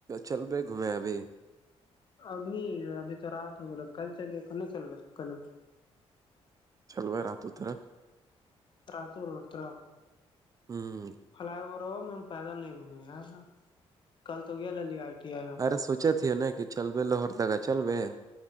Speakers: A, on the right; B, on the left.
A: چل رہ گھومیں ابھی
B: ابھی ابھی تو رات ہوگل کل چلیے کل نہ چل رہا کلو
A: چلوا ہے راتوں طرف
B: را تو روڈ تو رہا
A: ہوں
B: فلائی اوور ہوا میں پیدل نہیں گھومے یارا کل تو گیا آئی ٹی آئی ہم
A: ارے سوچےتیے نا کہ چل لوہر تکا چلوے